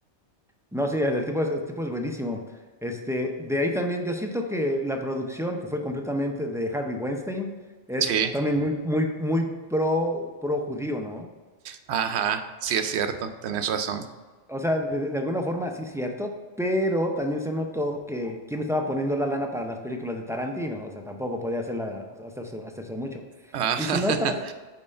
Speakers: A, in the centre; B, on the right.
A: No, sí, el, el tipo es, el tipo es buenísimo. Este, de ahí también, yo siento que la producción, que fue completamente de Harvey Weinstein, es
B: Sí,
A: también muy, muy, muy pro, pro judío, ¿no?
B: ajá, sí es cierto, tenés razón.
A: O sea, de, de alguna forma sí cierto, pero también se notó que quién estaba poniendo la lana para las películas de Tarantino, o sea, tampoco podía hacerla, hacerse, hacerse mucho.
B: Ah, <laughs>
A: Y si notas,